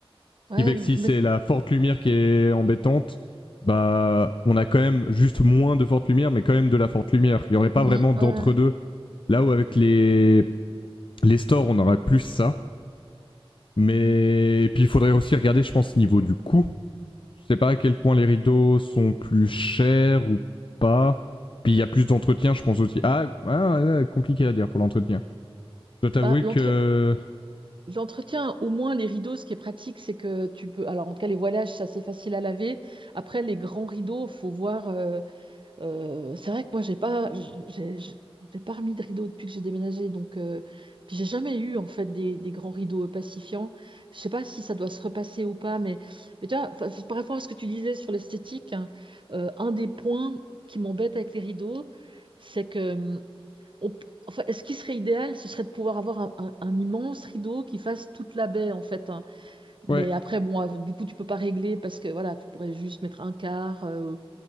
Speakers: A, on the left; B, on the right.
A: Ce
B: Ouais,
A: qui fait que si
B: mais
A: c'est la forte lumière qui est embêtante, bah, on a quand même juste moins de forte lumière, mais quand même de la forte lumière. Il y aurait pas
B: mhm,
A: vraiment d'entre-deux.
B: ouais.
A: Là où avec les, les stores, on aurait plus ça Mais et puis il faudrait aussi regarder, je pense, niveau du coût. Je sais pas à quel point les rideaux sont plus chers ou pas. Puis il y a plus d'entretien, je pense aussi. Ah, ah, ah, compliqué à dire pour l'entretien. Je dois t'avouer
B: Bah, l'entre-
A: que
B: l'entretien, au moins les rideaux, ce qui est pratique, c'est que tu peux. Alors, en tout cas, les voilages, c'est assez facile à laver. Après, les grands rideaux, faut voir. euh, Euh, c'est vrai que moi, j'ai pas, j'ai, j'ai- j'ai pas remis de rideau depuis que j'ai déménagé, donc euh, puis j'ai jamais eu en fait des, des grands rideaux euh, pacifiants. Je sais pas si ça doit se repasser ou pas, mais, mais tu vois, enfin, c'est par rapport à ce que tu disais sur l'esthétique, hein, euh, un des points qui m'embête avec les rideaux, c'est que hum, on p- enfin, ce qui serait idéal, ce serait de pouvoir avoir un, un- un immense rideau qui fasse toute la baie en fait. hein. Mais
A: ouais,
B: après, bon, euh, du coup, tu peux pas régler parce que voilà, tu pourrais juste mettre un quart. euh,